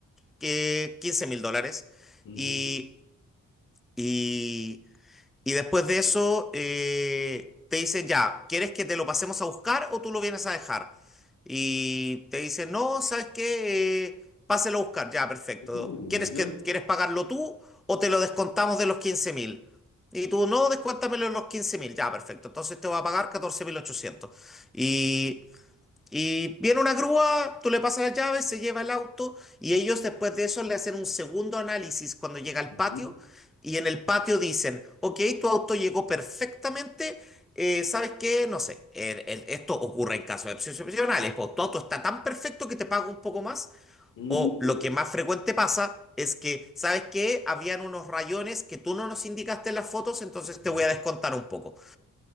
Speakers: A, in the centre; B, on the left.
A: que quince mil dólares
B: Ujú.
A: y, y y después de eso eh, te dicen, ya, ¿quieres que te lo pasemos a buscar o tú lo vienes a dejar? Y te dicen, no, ¿sabes qué? Eh, páselo a buscar, ya, perfecto.
B: Oh,
A: ¿Quieres
B: ya.
A: que, quieres pagarlo tú o te lo descontamos de los quince mil? Y tú, no, descuéntamelo en los quince mil, ya, perfecto. Entonces te va a pagar catorce mil ochocientos Y y viene una grúa, tú le pasas las llaves, se lleva el auto y ellos después de eso le hacen un segundo análisis cuando llega al
B: Ujú.
A: patio y en el patio dicen, ok, tu auto llegó perfectamente, eh, ¿sabes qué? No sé, el- el- esto ocurre en casos excepcionales, pues tu auto está tan perfecto que te pago un poco más
B: Mm.
A: o lo que más frecuente pasa es que, ¿sabes qué? Habían unos rayones que tú no nos indicaste en las fotos, entonces
B: Ujú.
A: te voy a descontar un poco.